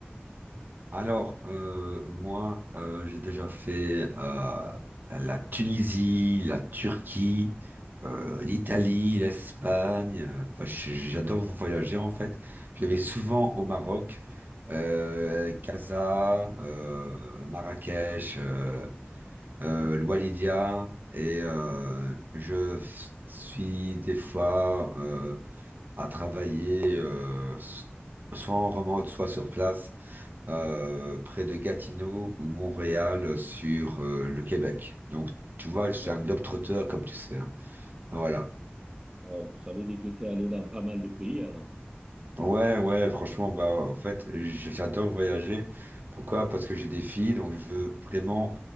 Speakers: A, on the right; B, on the right.
A: Alors, euh, moi, euh, j'ai déjà fait euh, la Tunisie, la Turquie, euh, l'Italie, l'Espagne. euh, Enfin, j- j'adore voyager en fait. Je vais souvent au Maroc, euh, Casa, euh, Marrakech, euh, euh, Loualidia, et euh, je f- suis des fois euh, à travailler euh, s- soit en remote, soit sur place. euh, près de Gatineau ou Montréal euh, sur euh, le Québec. Donc, tu vois, je
B: Wow.
A: suis un globe-trotteur, comme tu sais. hein. Voilà.
B: Wow. Ça veut dire que tu es allé dans pas mal de pays alors.
A: Ouais, ouais, franchement, bah, en fait, j- j'adore voyager. Pourquoi? Parce que j'ai des filles, donc je veux vraiment